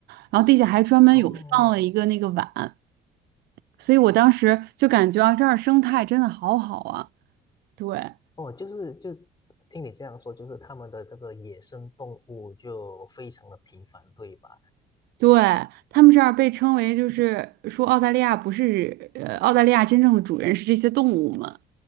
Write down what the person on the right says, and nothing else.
然后地下还专门有放了一个那个碗，
所以我当时就感觉啊，这儿生态真的好好啊，对。
对，他们这儿被称为，就是说澳大利亚不是，呃，澳大利亚真正的主人是这些动物们。